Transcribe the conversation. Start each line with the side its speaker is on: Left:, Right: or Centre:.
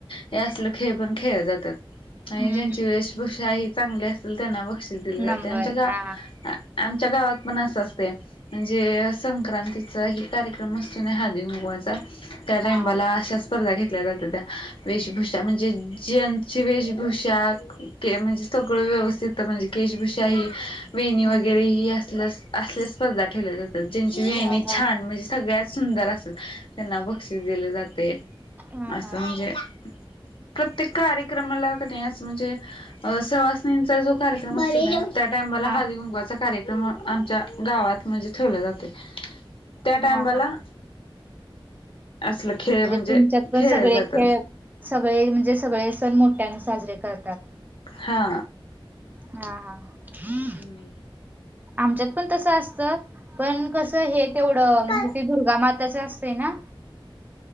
Left: हे असले खेळ पण खेळले जातात आणि
Right: हम्म
Left: ज्यांची
Right: हम्म
Left: वेशभूषा ही चांगली अस त्यांना बक्षीस दिली जाते
Right: नंबर
Left: आमच्या ग
Right: हा
Left: आमच्या गावात पण अस असते म्हणजे संक्रांतीचा ह कार्यक्रम असतोय हादी घगवाचा कांबाला
Right: हा
Left: अशा स्पर्धा घेतल्या जातात त्या वेशभूषा म्हणजे ज वेशभूषा म्हणजे सगळं व्यवस्थित म्हणजे वेशभूषा ही वेणी वगैरे
Right: हम्म
Left: ही असल असल्या स्पर्धा ठेवल्या जातात ज्यांची वेणी
Right: हा हा
Left: छान म्हणजे सगळ्यात सुंदर अस त्यांना बक्षीस दिले जाते
Right: हा
Left: असं
Right: हा
Left: म्हणजे प्रत्येक कार्यक्रमाला क म्हणजे सवासणीचा जो कार्यक्रम असे त्या टाइमाला
Right: हा
Left: हळदी गुंकवाचा कार्यक्रम आमच्या गावात म्हणजे ठेवला जाते त्या टाइमाला
Right: हा हा
Left: असलं खेळ म्हणजे
Right: तुमच्यात पण
Left: खेळ
Right: सगळे
Left: जात
Right: खेळ सगळे म्हणजे सगळे सण मोठ्याने साजरे करतात
Left: हा
Right: हा हा
Left: हम्म
Right: आमच्यात पण तस असत पण कस हे तेवढं
Left: बाई
Right: म्हण ते दुर्गा माताच असते ना